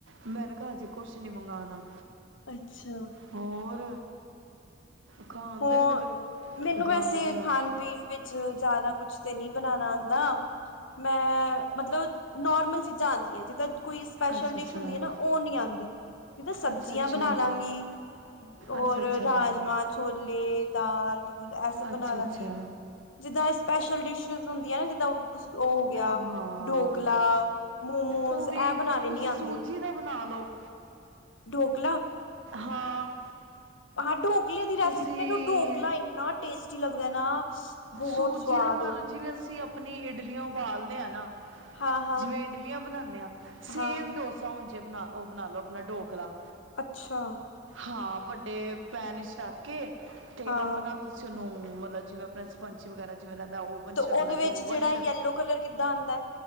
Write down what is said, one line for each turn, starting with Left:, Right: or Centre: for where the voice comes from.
Right: ਮੈਂਨੇ ਕਿਹਾ ਅਜੇ ਕੁਛ ਨੀ ਮੰਗਾਣਾ
Left: ਅੱਛਾ
Right: ਹੋਰ ਖਾਣ
Left: ਹੋ
Right: ਦੇਣ ਫਿਰ
Left: ਮੈਨੂੰ
Right: ਗਾਂਦ
Left: ਵੈਸੇ
Right: ਬਲਾ
Left: ਖਾਣ ਪੀਣ ਵਿੱਚ ਚ ਜਿਆਦਾ ਕੁਛ ਤੇ ਨਹੀਂ ਬਣਾਉਣਾ ਆਉਂਦਾ। ਮੈਂ, ਮਤਲਬ ਨੋਰਮਲ ਚੀਜ਼ਾਂ ਆਉਂਦੀਆਂ ਨੇ। ਕੋਈ ਸਪੈਸ਼ਲ
Right: ਅੱਛਾ
Left: ਡਿਸ਼
Right: ਅੱਛਾ
Left: ਹੁੰਦੀ ਏ ਨਾ, ਉਹ ਨੀ ਆਉਂਦੀ ਜਿੱਦਾਂ ਸਬਜ਼ੀਆਂ
Right: ਅੱਛਾ ਅੱਛਾ
Left: ਬਣਾ ਲਾਂਗੀ। ਹੋਰ
Right: ਅੱਛਾ ਅੱਛਾ
Left: ਰਾਜਮਾਂ, ਛੋਲੇ, ਦਾਲ -ਦੂਲ ਇਹ ਸਭ ਬਣਾ
Right: ਅੱਛਾ
Left: ਲਾਂਗੀ।
Right: ਅੱਛਾ
Left: ਜਿੱਦਾਂ ਇਹ ਸਪੈਸ਼ਲ ਡਿਸ਼ਿਜ਼ ਹੁੰਦੀਆਂ ਨਾ, ਜਿੱਦਾਂ। ਉਹ ਹੋ ਗਿਆ।
Right: ਹਾਂ
Left: ਢੋਕਲਾ, ਮੋਮੋਜ਼
Right: ਉਹ ਵੀ
Left: ਇਹ ਬਣਾਣੇ
Right: ਉਹ ਤੁਸੀਂ
Left: ਨੀ ਆਉਂਦੇ।
Right: ਸੂਜੀ ਦਾ ਬਣਾ ਲਓ
Left: ਢੋਕਲਾ।
Right: ਹਾਂ।
Left: ਹਾਂ ਢੋਕਲੇ ਦੀ ਰੈਸਿਪੀ,
Right: ਤੁਸੀਂ
Left: ਮੈਨੂੰ ਢੋਕਲਾ ਇੰਨਾ ਟੇਸਟੀ ਲੱਗਦਾ ਏ ਨਾ। ਬਹੁਤ
Right: ਸੂਜੀ
Left: ਸਵਾਦ
Right: ਦਾ ਬਣਾ ਲੋ। ਜਿਵੇਂ ਅਸੀਂ ਆਪਣੀ ਇਡਲੀਆਂ ਉਬਾਲਦੇ ਆ ਨਾ।
Left: ਹਾਂ-ਹਾਂ,
Right: ਜਿਵੇਂ ਇਡਲੀਆਂ ਬਣਾਦੇ ਆ।
Left: ਹਾਂ
Right: ਸੇਮ
Left: ਹਾਂ
Right: ਡੋਸ ਸਾਨ ਜੇ ਬਣਾ ਦੋ ਉਹ ਬਣਾ ਲੋ ਆਪਣਾ ਢੋਕਲਾ।
Left: ਅੱਛਾ।
Right: ਹਾਂ, ਵੱਡੇ ਪੈਣ ਵਿਚ ਰੱਖ ਕੇ ਤੇ,
Left: ਹਾਂ
Right: ਆਪਣਾ ਤੁਸੀਂ ਉਹਨੂੰ ਮਤਲਬ ਜਿਵੇਂ। ਅਪਣਾ ਸਪੰਚ ਵਗੈਰਾ ਜਿਵੇਂ ਰਹਿੰਦਾ। ਓਵਨ ਚ
Left: ਉਹਦੇ
Right: ਰੱਖਣਾ
Left: ਵਿੱਚ
Right: ਤੇ ਓਵਨ
Left: ਜਿਹੜਾ ਯੈਲੋ
Right: ਚ।
Left: ਕਲਰ ਕਿੱਦਾਂ ਆਂਦਾ